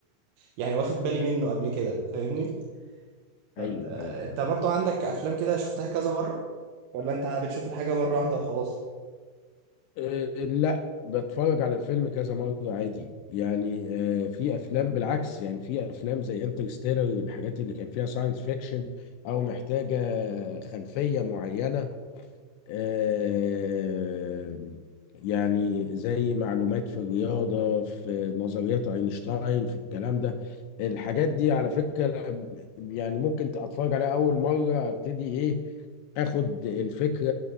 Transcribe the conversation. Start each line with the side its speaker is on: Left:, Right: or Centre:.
Right: يعني واخد بالي منه قبل كده فاهمني؟ فانت
Left: ايوه ايوه
Right: انت
Left: ايوه
Right: برضو عندك افلام كده شفتها كذا مره ولا انت بتشوف الحاجه مره واحده وخلاص
Left: أه لا بتفرج على الفيلم كذا مره عادي يعني أه في افلام بالعكس يعني في افلام زي انترستيلر والحاجات اللي كان فيها ساينس فيكشن او محتاجه خلفيه معينه آه، يعني زي معلومات في الرياضة في نظريات أينشتاين في الكلام ده الحاجات دي على فكرة يعني ممكن أتفرج عليها أول مرة أبتدي إيه اخد الفكرة